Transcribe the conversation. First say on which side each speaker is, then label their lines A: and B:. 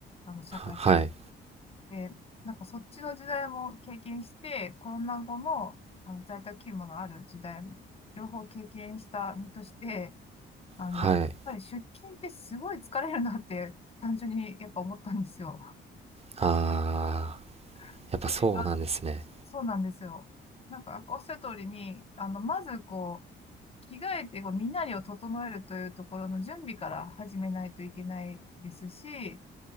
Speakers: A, on the left; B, on the right.
A: あの、社会的に。
B: はい。
A: で、なんかそっちの時代も経験して、コロナ後の、あの在宅勤務のある時代も、両方経験した身として、あの、
B: はい。
A: やっぱり出勤ってすごい疲れるなって、単純にやっぱ思ったんですよ。
B: ああ、
A: <laughs>
B: やっぱそうなんですね。
A: であ、そうなんですよ。なんか、おっしゃる通りに、あの、まずこう、着替えてこう身なりを整えるというところの準備から始めないといけないですし、